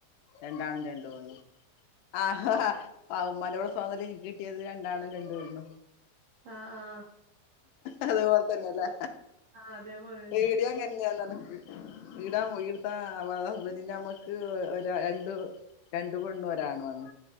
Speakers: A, on the left (about 80°); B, on the right (about 70°).
A: രണ്ടാണും രണ്ട് പെണ്ണും ആഹഹാ <unintelligible> നിക്ക് കിട്ടിയത് രണ്ടാണോ രണ്ട വരുന്നു
B: ആ ആ
A: അതേപോലെ തന്നെല്ലേ
B: ആഹ് അതേപോലെന്നെ
A: ഈടിയങ്ങന്നെയന്നന വടാ വീടുത്തെ ഹസ്ബൻറിന്റെ നമ്മക്ക് ഒരു രണ്ടു രണ്ട് പെണ്ണു ഒരാണു ആണ്